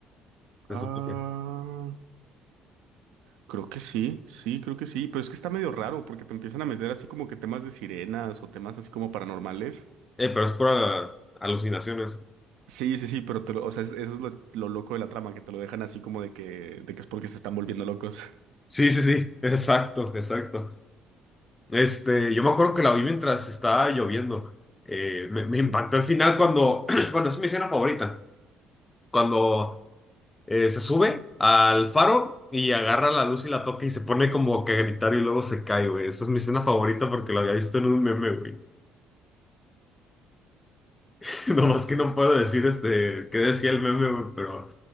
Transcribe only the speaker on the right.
Ah.
Creo que sí, sí, creo que sí, pero es que está medio raro porque te empiezan a meter así como que temas de sirenas o temas así como paranormales.
Sí, sí, sí, pero te lo, o sea, es- eso es lo, lo loco de la trama, que te lo dejan así como de que, de que es porque se están volviendo locos. <laughs>